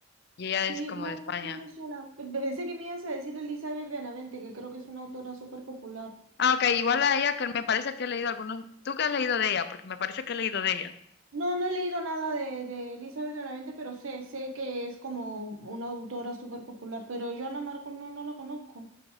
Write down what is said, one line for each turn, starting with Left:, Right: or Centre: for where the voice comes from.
Left: y ella
Right: Sí,
Left: es como
Right: no,
Left: de España.
Right: no, no me suena. Pe- Pensé que me ibas a decir Elizabeth Benavente, que creo que es una autora súper popular.
Left: Ah, ok, igual a ella que me parece que he leído algunos. ¿Tú qué has leído de ella? Porque me parece que he leído de ella.
Right: No, no he leído nada de, de Elizabeth de Benavente, pero sé, sé que es como una autora súper popular, pero yo Ana Marcos no, no la conozco.